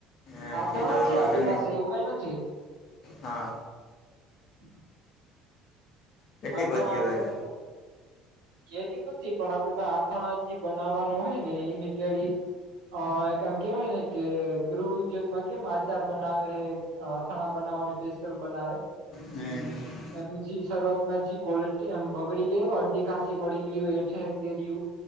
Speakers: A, on the left; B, on the right.
A: એમ
B: હાથણા
A: તો
B: છે આપણી
A: તમને
B: પાસે એવું કઈ નથી હમ
A: હા કેટલીક
B: અથાણા
A: વધ્યું
B: પાપડ કેરી્યું નથી પણ આપડે આથાણા જે બનાવવાનું હોય ને એ મે કરી. અ એકમ કેવાય ને કે ગૃહ ઉદ્યોગમાં કેમ આચાર બનાવે છે અથાણા બનાવે બનાવાની પેસ્ટલ બનાવે.
A: હમ
B: એમજી સર્વત ક્વોલિટીમ બગડી ગય અડધી ખાંસી પડીી ગઇ હોય એઠ કેરીયુ